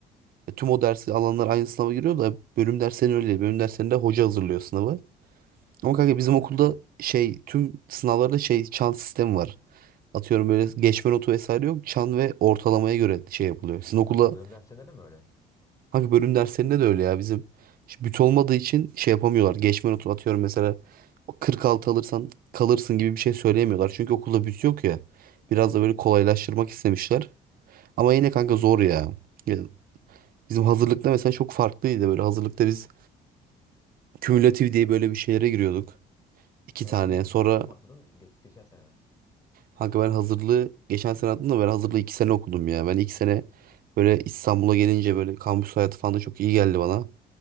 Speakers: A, on the right; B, on the left.
A: E, tüm o dersi alanlar aynı sınava giriyor da bölüm derslerinde öyle değil. Bölüm derslerinde hoca hazırlıyor sınavı. Ama kanka bizim
B: Ha.
A: okulda şey tüm sınavlarda şey çan sistemi var. Atıyorum böyle geçme
B: Aha.
A: notu vesaire yok. Çan ve ortalamaya göre şey yapılıyor. Sizin okulda
B: Kanka bölüm derslerinde de mi öyle?
A: hangi bölüm derslerinde de öyle ya bizim işte büt olmadığı için şey yapamıyorlar. Geçme notu atıyorum mesela o 46 alırsan kalırsın gibi bir şey söyleyemiyorlar. Çünkü okulda büt yok ya. Biraz da böyle kolaylaştırmak istemişler. Ama yine kanka zor ya. Ya Bizim hazırlıkta
B: Ha.
A: mesela çok farklıydı böyle. Hazırlıkta biz kümülatif diye böyle bir şeylere giriyorduk. İki
B: Sen
A: tane.
B: hazırlığı bu
A: Sonra
B: sene mi atladın? Geç, geçen sene mi?
A: Kanka ben hazırlığı geçen sene attım da ben hazırlığı iki sene okudum ya. Ben iki sene böyle İstanbul'a gelince böyle kampüs hayatı falan da çok iyi geldi bana.